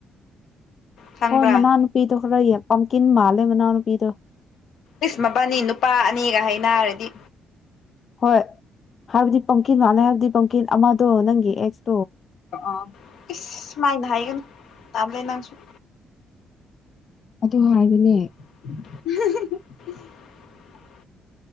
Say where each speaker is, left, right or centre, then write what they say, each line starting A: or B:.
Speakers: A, on the left; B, on the left.
A: ꯈꯪꯕ꯭ꯔꯥ
B: ꯍꯣꯏ ꯃꯅꯥꯅꯨꯄꯤꯗꯣ ꯈꯔ ꯌꯦ ꯄꯝꯀꯤꯟ ꯃꯥꯜꯂꯦ ꯃꯅꯥꯎꯅꯨꯄꯤꯗꯣ
A: ꯏꯁꯁ ꯃꯕꯥꯅꯤ ꯅꯨꯄꯥ ꯑꯅꯤꯒ ꯍꯥꯏꯅꯔꯗꯤ
B: ꯍꯣꯏ ꯍꯥꯏꯕꯗꯤ ꯄꯪꯀꯤꯠ ꯃꯥꯜꯂꯦ ꯍꯥꯏꯕꯗꯤ ꯄꯪꯀꯤꯠ ꯑꯃꯗꯣ ꯅꯪꯒꯤ ꯑꯦꯁ
A: ꯑ ꯏꯁꯃꯥꯏꯅ ꯍꯥꯏꯒꯅ ꯇꯝ ꯂꯩ ꯂꯪꯁꯨꯣ
B: ꯑꯗꯨ ꯍꯥꯏꯕꯅꯦ
A: <inaudible>